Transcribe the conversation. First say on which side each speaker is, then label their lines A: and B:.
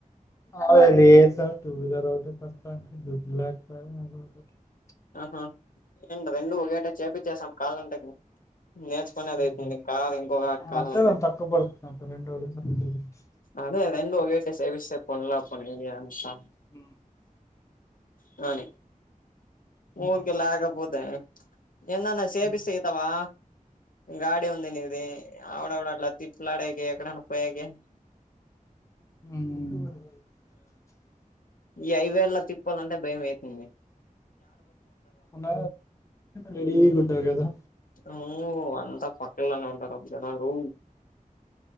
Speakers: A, on the left; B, on the left.
A: ఆడలేదు సార్ టూ వీలర్ అటు పాండి <unintelligible>
B: ఆహా ఏండి రెండు ఒకేట చేపి చేసాం కాదంటావా నేర్చుకునేది
A: హుహు.
B: ఐపోయింది ఇంకా ఇంకొకటి కార్
A: అట్లే
B: అంటే
A: దానికి తక్కువ పడుతుంది అబ్బా రెండు ఒకేసారి చేపిస్తే.
B: అదే రెండు ఒకే టె సేవిసేపోన్లా <unintelligible>
A: హ్
B: హ్ అని
A: హ్మ్.
B: ఊరికే లేకపోతే ఎందన్న సేపిస్త
A: హ్మ్. హ్మ్.
B: ఇతవా గాడ ఏం ఉంది నిది ఆవుడవడలా తిట్లాడకి ఎక్కడ పోఏకి
A: హ్
B: ఈ ఐదేళ్ళ తిప్పాలంటే భయం అయి తంది.
A: ఉన్న రెడిగా ఉంటారు కదా
B: ఉ అంతా పక్కలనే ఉంటరు జనాలు